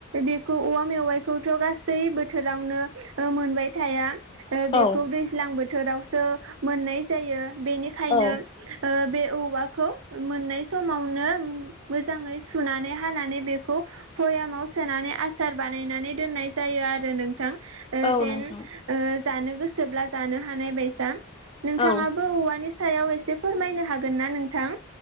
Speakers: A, on the right; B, on the left.
A: बे औवा मेवाइखौथ' गासै बोथोरावनो ओ मोनबाय थाया। ओ बेखौ
B: औ
A: दै दैज्लां बोथोरावसो मोननाय जायो। बेनि बेखायनो
B: औ
A: ओ बे औवाखौ मोननाय समावनो मोजाङै सुनानै हानानै बेखौ भयामाव सोनानै आ आसार बानायनानै दोननाय जायो आरो नोंथां। ओ
B: औ
A: जेन
B: नोंथां
A: ओ जानो गोसोब्ला जानो हानाय बायसा, नोंथाङाबो
B: औ
A: औवानि सायाव एसे फोरमायनो हागोन ना नोंथां।